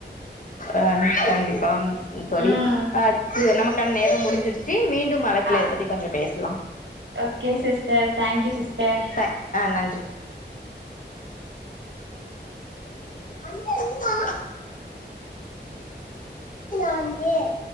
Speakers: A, on the left; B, on the right.
A: ஆ கண்டிப்பாங் தோழி
B: ம்
A: ஆ அத்தது நமக் கான நேரம் முடிஞ்சிருச்சு மீண்டும் அழைப்புல
B: ஆ
A: இத பத்தி கொஞ்ச பேசலா
B: okay sister thank you sister
A: okay thank ஆ நன்றி மா வண்டியன்